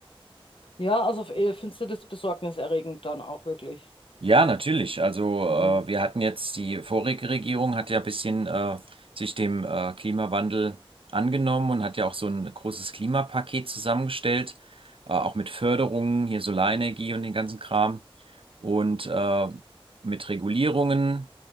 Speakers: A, on the left (about 60°); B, on the right (about 65°).
A: Ja, also f- eh, findest du das besorgniserregend dann auch wirklich.
B: Ja, natürlich. Also
A: Mhm.
B: äh, wir hatten jetzt, die vorige Regierung hat ja ein bisschen äh, sich dem äh, Klimawandel angenommen und hat ja auch so ein großes Klimapaket zusammengestellt, äh, auch mit Förderungen, hier Solarenergie und den ganzen Kram und äh, mit Regulierungen.